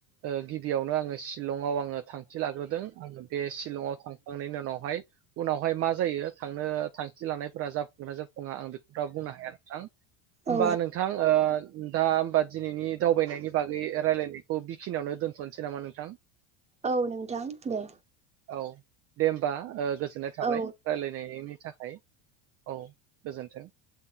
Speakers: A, on the right (about 35°); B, on the right (about 15°).
A: ओ गिबियावनो आं ओ शिलंआव आङो थांखि लाग्रोदों आङो बे शिलंआव थांखांनायनि उनावहाय उनावहाय मा जायो थांनो थां थांखि लानायफोरा जाफुंगोन ना जाफ फुङा आं बेखौ दा बुंनो हाया नोंथां। होमबा
B: औ
A: नोंथां ओ दा होमबा दिनैनि दावबायनायनि बागै रायलायनायखौ बिखिनियावनो दोनथ'नोसै नामा नोंथां।
B: औ नोंथां दे
A: औ दे होमबा ओ गोजोननाय थाबाय
B: औ
A: रायलाय नेनायनि थाखाय औ गोजोन्थों।